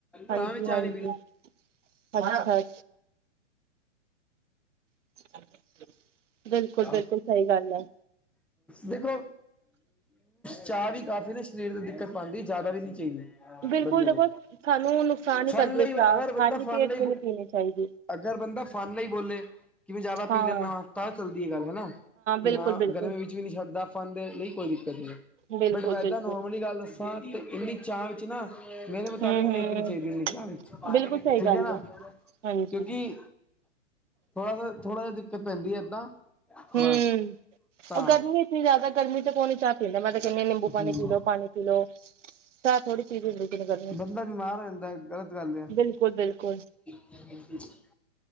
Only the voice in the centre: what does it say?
ਤਾਂ ਵੀ ਚਾਹ ਨੀ ਪੀਂਦਾ
<inaudible>
ਦੇਖੋ ਚਾਹ ਵੀ ਕਾਫੀ ਨਾ ਸਰੀਰ ਤੇ ਦਿੱਕਤ ਪਾਉਂਦੀ, ਜਿਆਦਾ ਵੀ ਨਹੀਂ ਚਾਹੀਦੀ।
ਬੰਦੇ
ਨੇ
ਫਨ
ਲਈ,
ਅਗਰ ਬੰਦਾ
ਫਨ
ਲਈ
ਅਗਰ ਬੰਦਾ ਫਨ ਲਈ ਬੋਲੇ ਕਿ ਮੈਂ ਜ਼ਿਆਦਾ
ਪੀ ਲੈਂਦਾ ਤਾਂ ਚੱਲਦੀ ਹੈ ਗੱਲ, ਹਨਾ। ਕਿ
ਹਾਂ
ਗਰਮੀ ਵਿੱਚ ਵੀ ਨਹੀਂ ਛੱਡਦਾ। ਫਨ ਦੇ ਲਈ ਕੋਈ ਦਿੱਕਤ ਨਹੀਂ ਐ,
ਬਟ ਏਦਾਂ
ਨੋਰਮਲੀ ਗੱਲ ਦਸਾਂ ਤਾਂ ਵੀ ਇੰਨੀ ਚਾਅ ਚ ਨਾ ਮੇਰੇ ਮੁਤਾਬਿਕ
ਨਹੀਂ
ਪੀਣੀ ਚਾਹੀਦੀ ਇੰਨੀ ਚਾ,
ਠੀਕ
ਏ ਨਾ।
ਕਿਉਂਕਿ ਥੋੜਾ ਸਾ, ਥੋੜਾ ਜਿਹਾ ਦਿੱਕਤ ਪੈਂਦੀ ਏਦਾਂ।
ਬਸ ਤਾਂ
ਹੂੰ
ਬੰਦਾ
ਬਿਮਾਰ ਹੋ ਜਾਂਦਾ ਗ਼ਲਤ ਗੱਲ ਹੈ।
<inaudible>